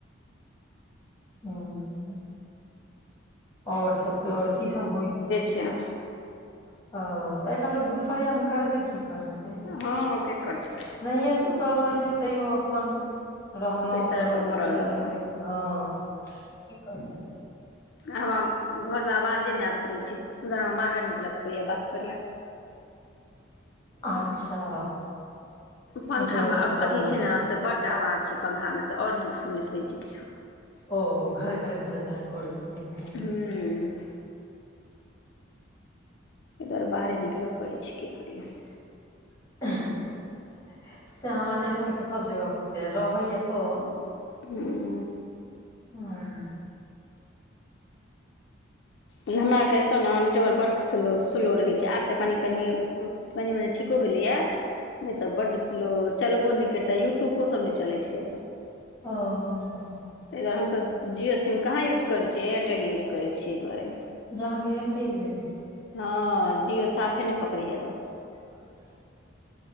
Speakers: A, on the left; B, on the left.
A: हुं, और सब कहियो और की सब होइ छै?
B: अच्छा।
A: ओ, किया तऽ एखन लोक दुपहरिया मे करबे की करतै।
B: हँ कि करतै।
A: नहिये सुतल रहे छिये तैयो अपन रहलौं
B: बिस्तर
A: अपन
B: पर
A: ओछाने
B: पड़ल रहलहुँ
A: पर में। हँ, की करतै।
B: हमरा घर मे आवाजे नै आबैत रहै छै तै द्वारे हमरा बाहर निकलऽ पड़ैये, बात करि ले।
A: अच्छा।
B: पंखा
A: नेटवर्क
B: मे
A: प्रॉब्लम
B: अथि छै ने से बड आवाज छै पंखा मे से और ने सुनैत रहै छियै किछो।
A: ओ, घर घर घर घर करईत रहे छै।
B: हूँ। ऐ दुआरे बाहरे निकलऽ पड़ै छै की करियौ।
A: <unintelligible> से हमरा नेटवर्क सब जगह पकड़ैये, रहै ये तऽ
B: <unintelligible>
A: हुं।
B: हमरा आर के एत ने <unintelligible> स्लो स्लो रहै छै, आब तऽ कनि कनि कनि मनी ठीको भेलैए नै तऽ बड स्लो, चलबो नै करितै यूट्यूबो सब नै चलै छय एतऽ।
A: हां, हां, हां
B: ऐ दुआरे हम सभ जिओ सिम कहाँ यूज करै छियै, एयरटेल यूज करै छियै एय दुआरे।
A: अहांके एयरटेल अछि।
B: हँ जियो साफे नय पकड़े या एत।
A: <inaudible>